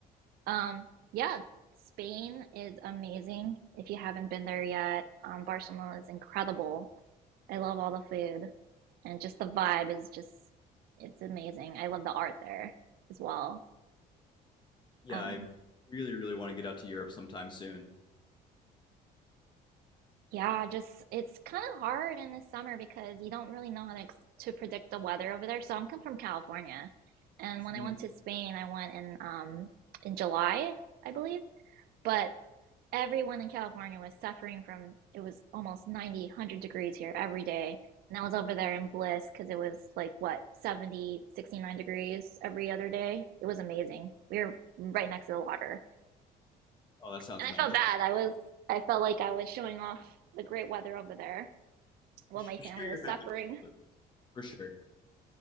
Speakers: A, on the right; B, on the left.
A: um, yeah, Spain is amazing. If you haven't been there yet, um, Barcelona is incredible I love all the food and just the vibe is just it's amazing. I love the art there as well.
B: yeah,
A: Um,
B: I really, really want to get out to Europe sometime soon.
A: yeah, just it's kind of hard in the summer because you don't really know how to ex to predict the weather over there. So I'm come from California, and when
B: Mhm.
A: I went to Spain, I went in um in July, I believe. But everyone in California was suffering from it was almost 90, one hundred degrees here every day. And I was over there in bliss because it was like what, 70, 69 degrees every other day. It was amazing. We were right next to the water.
B: Oh, that
A: And
B: sounds
A: I
B: magical.
A: felt bad. I was I felt like I was showing off the great weather over there while
B: Sh-
A: my family
B: Share
A: was
B: your
A: suffering.
B: happiness with us, for sure.